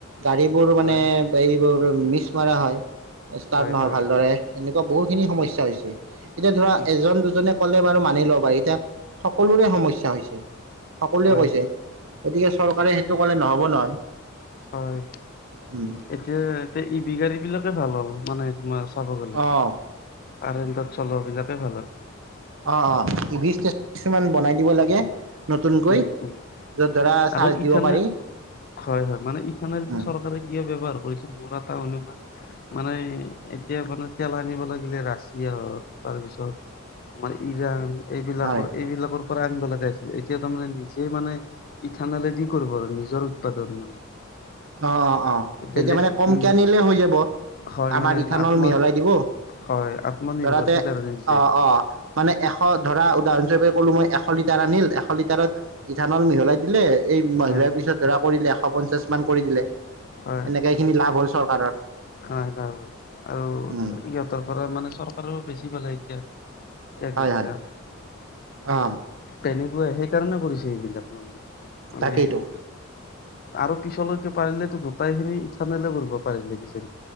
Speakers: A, on the right; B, on the left.
A: গাড়ীবোৰ মানে
B: হয়,
A: এইবোৰ মিচ মাৰা হয়। ষ্টাৰ্ট
B: হয়,
A: নহয়
B: হয়,
A: ভালদৰে, এনেকুৱা বহুখিনি সমস্যা হৈছে। এতিয়া ধৰা
B: উম,
A: এজন-দুজন জনে ক'লে বাৰু মানি ল'ব পাৰি। এতিয়া সকলোৰে সমস্যা হৈছে। সকলোৱে
B: হয়,
A: কৈছে,
B: হয়,
A: গতিকে চৰকাৰে সেইটো ক'লে নহ'ব নহয়।
B: হয়।
A: উম।
B: এতিয়া এই ই ভি গাড়ীবিলাকে ভাল হ'ল, মানে তোমাৰ চাব গ'লে,
A: অঁ
B: কাৰেণ্টত চলোৱাবিলাকে ভাল আৰু।
A: অ, অ, ই ভি ষ্টেচন কিছুমান বনাই দিব লাগে নতুনকৈ।
B: উম, উম,
A: য'ত ধৰা চাৰ্জ
B: আৰু ইথানেল
A: দিব পাৰি
B: হয়, হয়, মানে ইথানেলটো
A: উম
B: চৰকাৰে কিয় ব্যৱহাৰ কৰিছে, মোৰ এটা অনুমান মানে এতিয়া মানে তেল আনিব লাগিলে ৰাছিয়া হওঁক, তাৰপিছত আমাৰ ইৰাণ এইবিলাকৰ,
A: হয়
B: এইবিলাকৰ পৰা আনিব লগা হৈছিলে। এতিয়া তাৰ মানে নিজেই মানে ইথানেলে দি কৰিব আৰু, নিজৰ উৎপাদন মানে।
A: অ, অ, অ, তেতিয়া
B: বেলেগ
A: মানে কমকে
B: উম
A: আনিলে হৈ যাব,
B: হয়
A: আমাৰ
B: মানে
A: ইথানল
B: আত্ম
A: মিহলাই দিব।
B: হয় আত্মনিৰ্ভৰশীল
A: ধৰাতে,
B: আৰু নিজে
A: অ, অ। মানে এশ ধৰা, উদাহৰণস্বৰূপে ক'লো মই এশ লিটাৰ আনিল এশ লিটাৰত ইথানল মিহলাই দিলে এই মিহলাই
B: হয়
A: পিছত ধৰা কৰিলে এশ পঞ্চাশ মান কৰি দিলে,
B: হয়
A: এনেকে এইখিনি লাভ হ'ল চৰকাৰৰ।
B: হয় বাৰু! আৰু
A: উম
B: ইহঁতৰ পৰা মানে চৰকাৰেও বেছি পালে এতিয়া। টেক্স
A: হয়,
B: বিলাক
A: হয়, অ।
B: তেনেকুৱাই, সেইকাৰণে কৰিছে এইবিলাক মানে, মানে
A: তাকেইতো
B: আৰু পিছলৈকে পাৰিলেতো গোটেই খিনি ইথানলে কৰিব পাৰিলে কিজানি!